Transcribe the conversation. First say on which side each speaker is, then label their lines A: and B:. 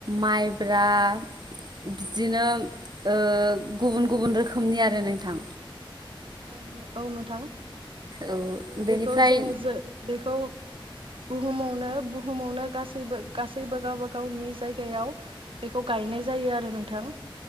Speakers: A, on the right; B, on the right.
A: माइब्रा
B: औ नोंथां
A: बिदिनो
B: औ नोंथां
A: ओ गुबुन गुबुन रोख खोमनि आरो नोंथां।
B: आं औ नोंथां।
A: औ
B: आरो
A: बेनिफ्राय
B: बेखौ जोङो जो बेखौ बुहुमावनो बुहुमावनो गासैबो गासैबो गावबा गावनि जायगायाव बेखौ गायनाय जायो आरो नोंथां।